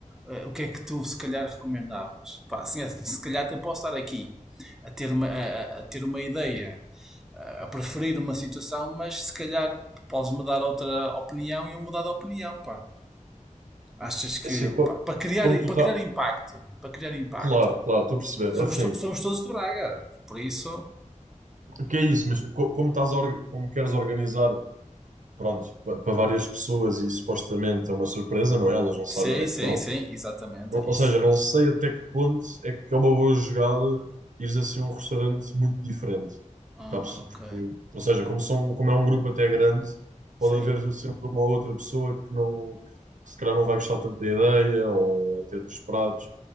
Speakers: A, in the centre; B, on the right.
A: eh, o que é que tu se calhar recomendavas? Pá, assim, é, se calhar até posso estar aqui a ter uma, a, a- ter uma ideia, a, a preferir uma situação, mas se calhar podes-me dar outra opinião e eu mudar de opinião, pá. Achas que,
B: É Assim, co-
A: pá, para criar,
B: como tu
A: para
B: tá,
A: criar impacto, para criar impacto.
B: claro, claro, estou a perceber.
A: Somos,
B: É Assim,
A: to- somos todos de Braga, por isso...
B: o que é isso? Mas co- como estás, a orga- como queres organizar, pronto, pa- para várias pessoas e supostamente é uma surpresa, não é? Elas não sabem
A: Sim,
B: onde é
A: sim,
B: que vão.
A: sim, exatamente,
B: Não-
A: é
B: ou
A: isso.
B: seja, não sei até que ponto é que é uma boa jogada ires assim a um restaurante muito diferente.
A: Ah,
B: Porque, há pessoas-
A: ok.
B: porque- ou seja, como, são, como é um grupo até grande,
A: Sim.
B: pode haver sempre uma outra pessoa que não, que se calhar não vai gostar tanto da ideia ou até dos pratos.